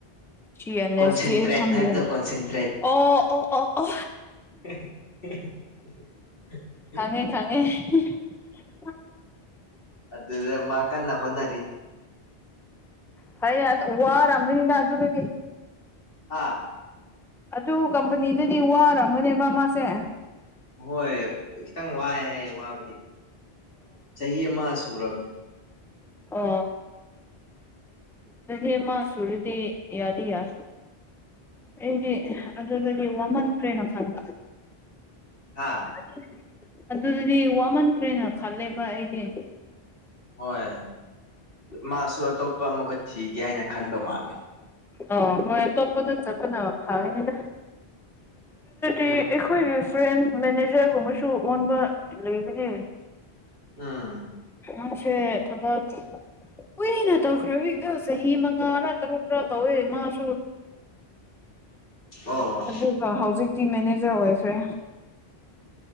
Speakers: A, in the centre; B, on the left (about 60°).
A: ꯁꯤ ꯑꯦꯅ
B: ꯀꯣꯟꯁꯦꯟꯇ꯭ꯔꯦꯠ
A: ꯑꯦꯁꯇꯤ ꯑꯩ ꯈꯪꯗꯦ
B: ꯍꯥꯏꯕꯗꯣ ꯀꯣꯟꯁꯦꯟꯇ꯭ꯔꯦꯠ
A: ꯑꯣ ꯑꯣ ꯑꯣ ꯑ
B: <unintelligible>
A: ꯈꯪꯉꯦ ꯈꯪꯉꯦ <unintelligible> <unintelligible>
B: ꯑꯗꯨꯗ ꯃꯥ ꯀꯟꯅ ꯍꯣꯠꯅꯔꯤ
A: ꯐꯅꯦ ꯋꯥꯔꯝꯃꯅꯤꯗ ꯑꯗꯨꯗꯗꯤ
B: ꯍꯥ
A: ꯑꯗꯨ ꯀꯝꯄꯅꯤꯗꯗꯤ ꯋꯥꯔꯝꯒꯅꯦꯕ ꯃꯥꯁꯦ
B: ꯍꯣꯏ ꯈꯤꯇꯪ ꯋꯥꯏ ꯍꯥꯏ ꯋꯥꯕꯗꯤ ꯆꯍꯤ ꯑꯃ ꯁꯨꯔꯕꯅꯦ
A: ꯑ ꯆꯍꯤ ꯃꯥ ꯁꯨꯔꯗꯤ ꯌꯥꯗꯤ ꯌꯥꯏ ꯑꯩꯗꯤ ꯑꯗꯨꯗꯗꯤ ꯋꯥꯃꯟꯈ꯭ꯔꯦꯅ ꯈꯟꯕ
B: ꯍꯥꯥ
A: <unintelligible> ꯑꯗꯨꯗꯤ ꯋꯥꯃꯟꯈ꯭ꯔꯦꯅ ꯈꯜꯂꯦꯕ ꯑꯩꯗꯤ
B: ꯍꯣꯏ ꯃꯥꯁꯨ ꯑꯇꯣꯞꯄ ꯑꯃꯨꯛꯀ ꯊꯤꯒꯦ ꯍꯥꯏꯅ ꯈꯟꯕ ꯃꯥꯜꯂꯦ
A: ꯑꯣ ꯃꯣꯏ ꯑ ꯇꯣꯄꯅ ꯆꯕꯅ ꯐꯥꯎꯅꯤꯗ
B: ꯑꯗꯨ
A: ꯑꯩꯈꯣꯏꯒꯤꯔꯤ ꯐ꯭ꯔꯦꯟ ꯃꯦꯅꯦꯖꯔꯒꯨꯝꯕꯁꯨ ꯑꯣꯟꯕ ꯂꯩꯕꯅꯦ
B: ꯎꯝ
A: ꯑꯁꯦ ꯊꯕꯛ ꯀꯨꯏꯅ ꯇꯧꯈ꯭ꯔꯕꯗꯣ ꯆꯍꯤ ꯃꯉꯥꯔꯥ ꯇꯔꯨꯛꯔ ꯇꯧꯋꯦ ꯃꯥꯁꯨ
B: ꯑꯣ
A: ꯑꯗꯨꯒ ꯍꯧꯖꯤꯛꯇꯤ ꯃꯦꯅꯦꯖꯔ ꯑꯣꯏꯈ꯭ꯔꯦ